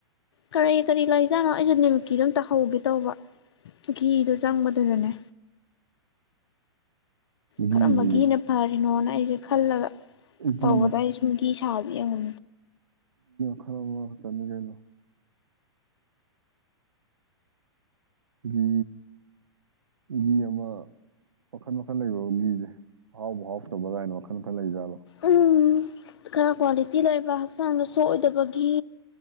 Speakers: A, on the left; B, on the right.
A: ꯀꯔꯤ ꯀꯔꯤ ꯂꯩꯖꯥꯠꯅꯣ ꯑꯩꯁꯨ ꯅꯤꯃꯤꯠꯀꯤꯗꯨ ꯑꯝ ꯇꯥꯍꯧꯒꯦ ꯇꯧꯕ ꯘꯤꯗꯣ ꯆꯪꯕꯗꯨꯗꯅꯦ
B: ꯘꯤꯕꯨ
A: ꯀꯔꯝꯕꯒꯤꯅ ꯐꯔꯤꯅꯣꯅ ꯑꯩꯁꯦ ꯈꯜꯂꯒ
B: ꯘꯤ
A: ꯇꯧꯕꯗ ꯁꯨꯝꯒꯤ ꯁꯥꯕꯤꯉ
B: ꯈꯔ ꯃ ꯇꯅꯤ ꯀꯩꯅꯣ ꯒꯤ ꯒꯤ ꯑꯃ ꯋꯥꯜ ꯃꯈꯜ ꯂꯩꯕꯒꯤꯁꯦ ꯑꯍꯥꯎꯕ ꯍꯥꯎ ꯇꯕ ꯀꯥꯏꯅꯣ ꯋꯥꯈꯜ ꯃꯈꯜ ꯂꯩꯖꯠ
A: ꯎꯝ ꯈꯔ ꯀ꯭ꯋꯥꯂꯤꯇꯤ ꯂꯩꯕ ꯍꯛꯆꯥꯡꯗ ꯁꯣꯛꯑꯣꯏꯗꯕꯒꯤ